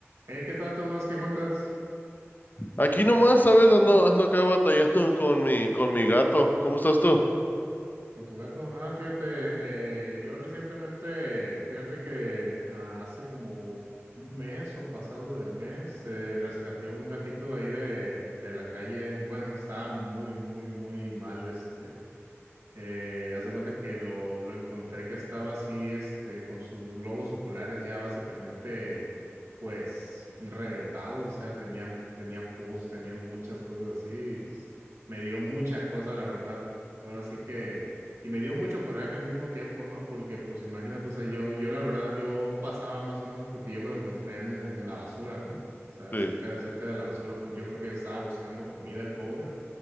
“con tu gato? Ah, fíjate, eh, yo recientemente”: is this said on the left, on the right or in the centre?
Right